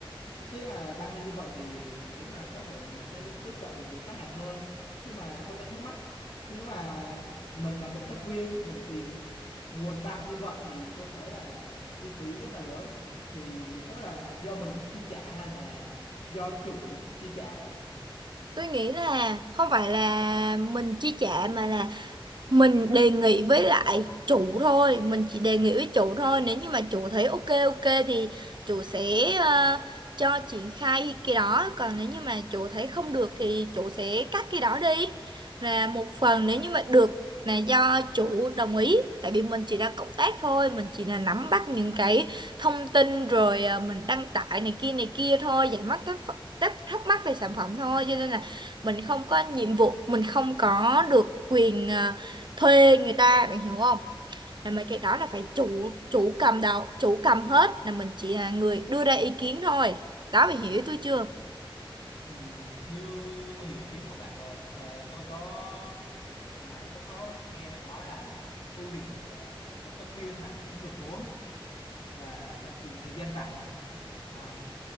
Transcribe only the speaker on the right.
tôi nghĩ là không phải là mình chi trả mà là mình đề nghị với lại chủ thôi mình chỉ đề nghị với chủ thôi nếu như mà chủ thấy ok ok thì chủ sẽ ờ, cho triển khai cái đó còn nếu như mà chủ thấy không được thì chủ sẽ cắt cái đó đi và một phần nếu như mà được là do chủ đồng ý tại vì mình chỉ là cộng tác thôi mình chỉ là nắm bắt những cái thông tin rồi ờ, mình đăng tải này kia này kia thôi giải mắc thắc ph- thắc thắc mắc về sản phẩm thôi cho nên là mình không có nhiệm vụ mình không có được quyền ờ, thuê người ta bạn hiểu không là mấy cái đó là phải chủ chủ cầm đầu chủ cầm hết là mình chỉ là người đưa ra ý kiến thôi đó bạn hiểu ý tôi chưa